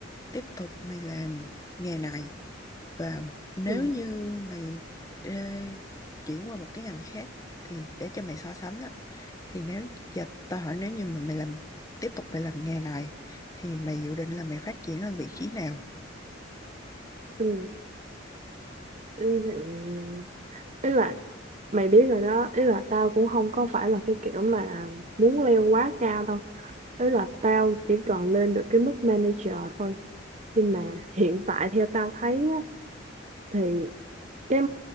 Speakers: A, on the left; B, on the right.
A: tiếp tục mày làm nghề này và nếu
B: ừ.
A: như mày đê- chuyển qua một cái ngành khác thì để cho mày so sánh á thì nếu giờ tao hỏi nếu như mà mày làm tiếp tục mày làm nghề này thì mày dự định là mày phát triển lên vị trí nào
B: Ừ. Ừ. ừ. ý là mày biết rồi đó ý là tao cũng không có phải là cái kiểu mà muốn leo quá cao đâu ý là tao chỉ còn lên được cái mức manager thôi nhưng mà hiện tại theo tao thấy á, thì cái